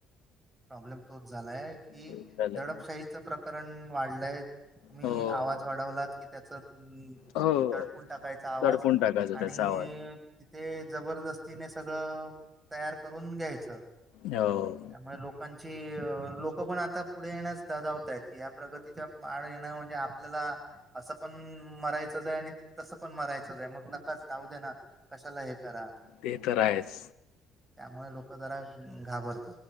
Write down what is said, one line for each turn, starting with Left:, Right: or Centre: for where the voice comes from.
Right: प्रॉब्लेम तोच झालाय कि
Left: ते झालंय
Right: दडपशाहीचं प्रकरण वाढलंय तुम्ही
Left: हो
Right: आवाज वाढवलात कि त्याच ्
Left: हो
Right: दडपून टाकायचा आवाज
Left: दडपून टाकायचा त्याचा
Right: आणि
Left: आवाज
Right: तिथे जबरदस्त तिने सगळं तयार करून घ्यायचं
Left: हो.
Right: त्यामुळे लोकांची कि लोक पण आता पुढे येण्यास ददावतय की या्या प्रगतीचा माड येण म्हणजे आपल्याला असं पण मरायचंच आहे आणि तसं पण मरायचंच आहे मग नकाच जाऊ दे्या ना कशाला हे करा
Left: ते तर आहेच
Right: त्यामुळे लोक जरा घाबरतात.